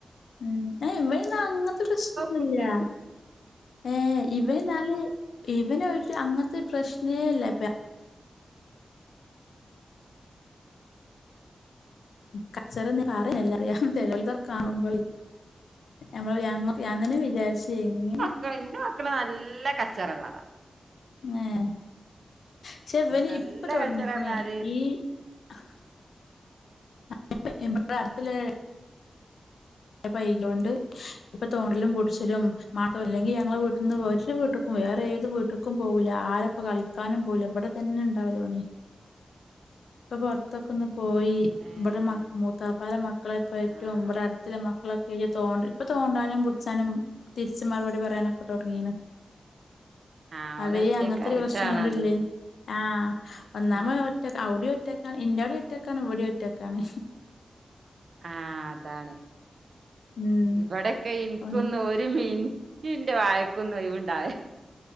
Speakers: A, on the left; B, on the right.
A: ഉം ഏഹ് ഇവയ്ന്നാ അങ്ങെൻത്തെ പ്രശ്നൊന്നുല്ലാ
B: കുട്ടികൾക്കും
A: ഏഹ് ഇവൻന്നാല് ഇവന് ഒര് അങ്ങൻത്താെര് പ്രശ്നേല്ല പെ കച്ചെറൊന്നും <unintelligible> റ്യാ ചെലോര്താണ്ട് കാണുമ്പളേ ഞമ്മള് ഞങ്ങക്ക് ഞാൻ തന്നെ വിചാര്ച്ച് എങ്ങെനെ
B: ക്കെ ഇന്റെ മക്കള് നല്ലെ കച്ചെറകളാടാ
A: ഏഹ് ക്ഷെ ഇവന്
B: നല്ല
A: ഇപ്പ തൊട്ങ്ങീക്ക്ണേ
B: കച്ചറർഞ്ഞാല്
A: ഈ <unintelligible> പൈലോണ്ട് ഇപ്പൊ തോണ്ടലും പുടിച്ചലും മാത്രം അല്ലെങ്കിൽ ഞങ്ങളെ വീട്ടിൽ നിന്ന് ഒരു വീട്ടക്കും വേറെ ഏത് വീട്ടക്കും പോവുല്ല ആരെ ഇപ്പോ കളിക്കാനും പോകുല ഇവടെ തന്നെ ഉണ്ടാവലോന് ഇപ്പൊ പൊറ ത്തൊക്ക ഒന്ന് പോയി
B: ഏഹ്
A: ഇവിടെ മ മൂത്താപ്പാലെ മക്കളെപ്പോറ്റും
B: ആഹ്
A: ഇവിടെടു മക്കളൊക്കെ തോ ഇപ്പൊ തോണ്ടാനും പുടിച്ചാനും തിരിച്ച് മറുപടി പറയാനൊക്കെ തൊടങ്ങിന്ന്.
B: ആഹ്
A: അവര്
B: ഓനൊറ്റക്കായിട്ടാണത്
A: അങ്ങനത്തെ ഒരു പ്രശ്നോടല്ലേന്നു. ആഹ് ഒന്നാമത്
B: ആഹ്
A: ഒറ്റക്ക അവിടെയും ഒറ്റക്കാണ് ഇന്റെ അവിടെയും ഒറ്റക്കാണ് ഇവിടെ ഒറ്റക്കാണ്.
B: ആഹ് അതാണ്
A: ഉം
B: ഇവിടെക്കെ ഇനിക്കൊന്ന്
A: ഓന്
B: ഒരു മീൻ റ്റ്ന്റെ വായക്കൊന്നും ഒയ്ണ്ടാവൂല